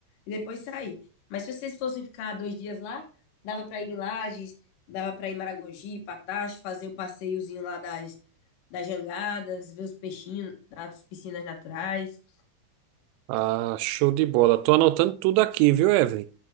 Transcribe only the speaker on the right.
Ah, show de bola. Tô anotando tudo aqui, viu, Evelyn?